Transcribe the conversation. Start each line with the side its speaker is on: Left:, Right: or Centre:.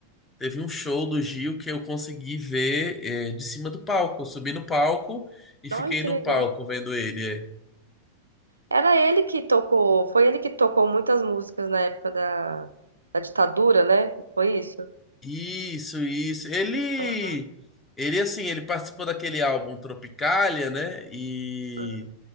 Left: Teve um show do Gil que eu consegui ver, eh, de cima do palco. Eu subi no palco e fiquei
Right: Olha que
Left: no
Right: legal.
Left: palco vendo ele. é.
Right: Era ele que tocou. Foi ele que tocou muitas músicas na época da, da ditadura, né? Foi isso?
Left: Isso, isso. Ele,
Right: Aham,
Left: ele assim, ele participou daquele álbum Tropicália, né? E
Right: aham,